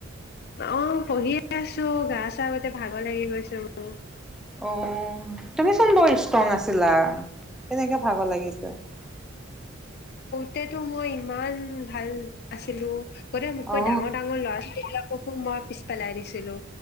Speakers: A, on the left; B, in the centre.
A: অ পঢ়িয়ে আছো গা চা ভাগৰ লাগি গৈছো মোৰ।
B: অ। তুমিচোন বৰ ষ্ট্ৰং আছিলা কেনেকে ভাগৰ লাগিছে।
A: সৰুতে মই ইমান ভাল আছিলো। গোটেই মোকৈ
B: অ
A: ডাঙৰ ডাৰ ল'ৰা ছোৱালীবিলাক। বকু মই পিছ পেলাই দিছিলো।